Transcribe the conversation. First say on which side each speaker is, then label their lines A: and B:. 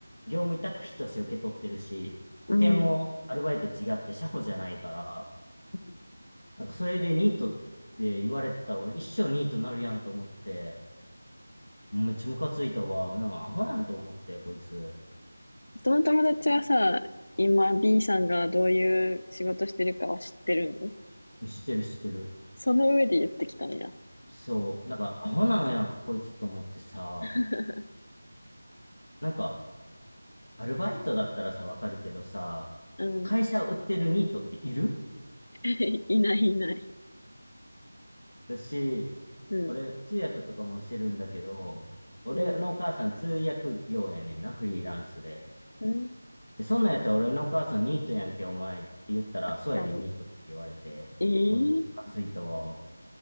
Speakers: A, on the left; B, on the left.
A: 業務委託費として受け取ってるし、保険もアルバイト違って社保じゃないから、
B: うん。うん
A: なんかそれでニートって言われてたら、俺一生ニートなるやんと思って、めっちゃムカついたわ。なんかアホやんと思って、こいつ。
B: その友達はさ、今 B さんがどういう仕事してるかは知ってるの
A: 知ってる知ってる。
B: その上で言ってきたんや。
A: そう。なんかアホなんやんか、こいつと思ってさ。
B: <laughs>
A: なんか、アルバイトだったらさ、わかるけどさ、
B: うん。
A: 会社を売ってるニートっている
B: <laughs> いないいない。
A: だし、
B: うん。
A: 俺、通訳とかもしてるんだけど、俺のお母さん通訳業やねんな、
B: うん。
A: フリーランスで。
B: うん。
A: でそんなんやったら俺のお母さんニートやんけ、お前って言ったら、
B: 確かに。
A: そうやでニートって言われて、
B: ええ
A: もうちょっとムカついたわ。